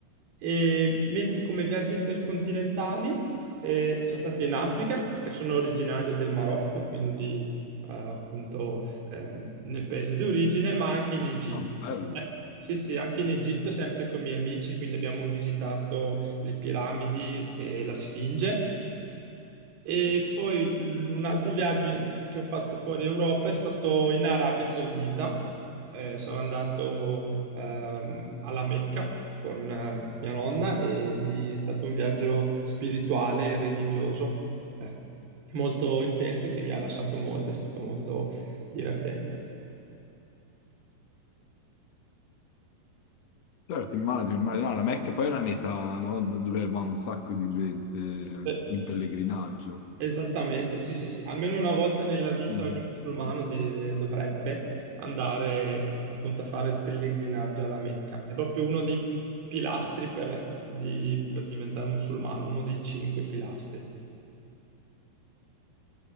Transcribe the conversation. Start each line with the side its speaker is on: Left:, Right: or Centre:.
Right: E mentre come viaggi intercontinentali eh, sono stato in Africa perché sono originario del Marocco, quindi eh, appunto ehm, nel paese d'origine, ma anche in Egitto.
Left: Ah, bello.
Right: Eh, sì, sì, anche in Egitto, sempre con i miei amici, quindi abbiamo visitato le piramidi e la Sfinge. E poi l- un altro viaggio in- che ho fatto fuori Europa è stato in Arabia Saudita. Eh, sono andato ehm, alla Mecca con eh, mia nonna e lì è stato un viaggio spirituale e religioso eh, molto intenso che mi ha lasciato molto, è stato molto divertente.
Left: Certo, immagino, immagino. No, la Mecca poi è una meta, no? D- Dove va un sacco di gente
Right: Eh,
Left: in pellegrinaggio.
Right: Esattamente, sì, sì, sì. Almeno una volta nella vita
Left: Mhm.
Right: ogni musulmano
Left: Ah,
Right: deve- dovrebbe andare appunto a fare il pellegrinaggio alla Mecca. È proprio uno dei pilastri per, di- per diventare musulmano, uno dei cinque pilastri.